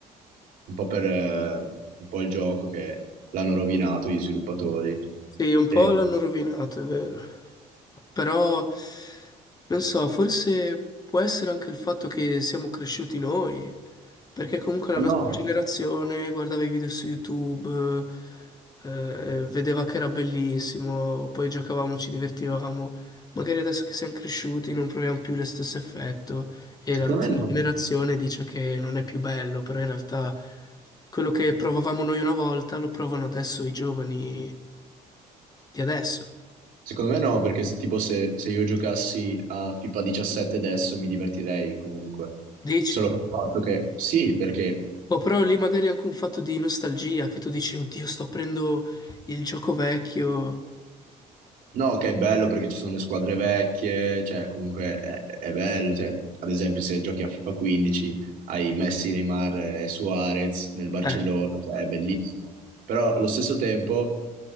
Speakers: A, on the right; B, on the left.
A: un po' per, ehm, un po' il gioco che l'hanno rovinato gli sviluppatori.
B: Sì, un po'
A: E-
B: l'hanno rovinato, è vero. Però, non so, forse può essere anche il fatto che siamo cresciuti noi, perché comunque la
A: Ma
B: nostra
A: no,
B: generazione guardava i video su YouTube, eh, vedeva che era bellissimo, poi giocavamo, ci divertivamo. Magari adesso che siamo cresciuti non proviamo più lo stesso effetto e
A: secondo
B: la nostra
A: me no.
B: generazione dice che non è più bello, però in realtà quello che provavamo noi una volta lo provano adesso i giovani di adesso.
A: Secondo me no, perché s- tipo se, se io giocassi a FIFA 17 adesso mi divertirei comunque.
B: Dici?
A: Solo per il fatto che sì, perché
B: Boh, però lì magari è anche un fatto di nostalgia, che tu dici, oddio, sto aprendo il gioco vecchio.
A: No, ok, bello perché ci sono le squadre vecchie, cioè comunque è, è bello, cioè, ad esempio se giochi a FIFA 15 hai Messi, Neymar e Suarez nel Barcellona,
B: Eh,
A: cioè è bellissimo. Però allo stesso tempo